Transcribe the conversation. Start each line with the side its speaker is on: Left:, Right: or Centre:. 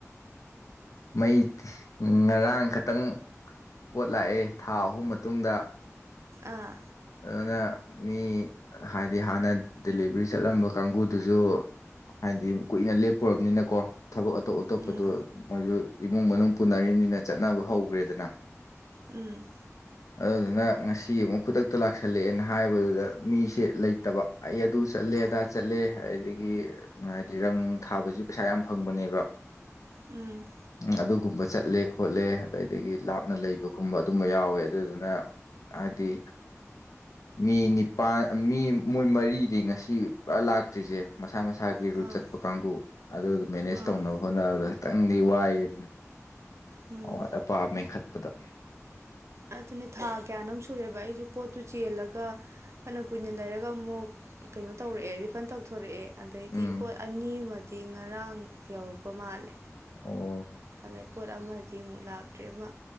Left: ꯃꯩ ꯉꯔꯥꯡ ꯈꯇꯪ ꯄꯣꯠ ꯂꯥꯛꯑꯦ ꯊꯥ ꯑꯍꯨꯝ ꯃꯇꯨꯡꯗ꯫
Right: ꯑꯥ
Left: ꯑꯗꯨꯅ ꯃꯤ ꯍꯥꯏꯗꯤ ꯍꯥꯟꯅ ꯗꯤꯂꯤꯚꯔꯤ ꯆꯠꯂꯝꯕ ꯀꯥꯡꯒꯨꯗꯨꯁꯨ ꯍꯥꯏꯗꯤ ꯀꯨꯏꯅ ꯂꯦꯞꯄꯨꯔꯕꯅꯤꯅꯀꯣ ꯊꯕꯛ ꯑꯇꯣꯞ ꯑꯇꯣꯞꯄꯗꯣ
Right: ꯎꯝ
Left: ꯃꯣꯏꯖꯨ ꯏꯃꯨꯡ ꯃꯅꯨꯡ ꯄꯨꯅꯔꯤꯕꯅꯤꯅ ꯆꯠꯅꯕ ꯍꯧꯈ꯭ꯔꯦꯗꯅ
Right: ꯎꯝ
Left: ꯑꯗꯨꯗꯨꯅ ꯉꯁꯤ ꯑꯃꯨꯛ ꯈꯨꯗꯛꯇ ꯂꯥꯛꯁꯜꯂꯛꯑꯦꯅ ꯍꯥꯏꯕꯗꯨꯗ ꯃꯤꯁꯦ ꯂꯩꯇꯕ ꯑꯩ ꯑꯗꯨ ꯆꯠꯂꯦ
Right: ꯑꯥ
Left: ꯑꯗꯥ ꯆꯠꯂꯦ ꯑꯩꯗꯒꯤ ꯍꯥꯏꯗꯤ ꯔꯪ ꯊꯥꯕꯁꯤ ꯄꯩꯁꯥ ꯌꯥꯝ ꯐꯪꯕꯅꯦꯕ
Right: ꯎꯝ
Left: ꯎꯝ ꯑꯗꯨꯒꯨꯝꯕ ꯆꯠꯂꯦ ꯈꯣꯠꯂꯦ ꯑꯗꯨꯗꯩꯗꯒꯤ ꯂꯥꯞꯅ ꯂꯩꯕꯒꯨꯝꯕ ꯑꯗꯨꯝꯕ ꯌꯥꯎꯋꯦ ꯑꯗꯨꯗꯨꯅ ꯍꯥꯢꯗꯤ ꯃꯤ ꯅꯤꯄꯥꯥꯟ ꯃꯤ ꯃꯣꯏ ꯃꯔꯤꯗꯤ ꯉꯁꯤ ꯄꯨꯔꯥ ꯂꯥꯛꯇ꯭ꯔꯤꯖꯦ ꯃꯁꯥ ꯃꯁꯥꯒꯤ ꯒꯤ ꯔꯨꯠ
Right: ꯑꯥ
Left: ꯆꯠꯄ ꯀꯥꯡꯒꯨ ꯑꯗꯨꯗꯣ ꯃꯦꯅꯦꯖ
Right: ꯑꯥ
Left: ꯇꯧꯅꯕ ꯍꯣꯠꯅꯕꯗ ꯈꯤꯇꯪꯗꯤ ꯋꯥꯏ ꯑꯗꯨꯅꯤ꯫
Right: ꯎꯝ
Left: ꯑꯋꯥꯠ ꯑꯄꯥ ꯃꯦꯟꯈꯠꯄꯗ
Right: ꯑꯗꯨꯅꯦ ꯊꯥ ꯀꯌꯥꯅꯣꯝ ꯁꯨꯔꯦꯕ ꯑꯩꯖꯨ ꯄꯣꯠꯇꯨ ꯆꯦꯜꯂꯒ ꯐꯅ ꯀꯨꯢꯅ ꯂꯩꯔꯒ ꯑꯃꯨꯛ ꯀꯩꯅꯣ ꯇꯧꯔꯦꯑꯦ ꯔꯤꯐꯟ ꯇꯧ ꯊꯣꯔꯦꯑꯦ ꯑꯗꯩꯗꯤ
Left: ꯎꯝ
Right: ꯄꯣꯠ ꯑꯅꯤ ꯃꯗꯤ ꯉꯔꯥꯡ ꯌꯧꯔꯛꯄ ꯃꯥꯜꯂꯦ꯫
Left: ꯑꯣ
Right: ꯑꯗꯩ ꯄꯣꯠ ꯑꯃꯗꯤ ꯑꯃꯨꯛ ꯂꯥꯛꯇ꯭ꯔꯦ ꯑꯃ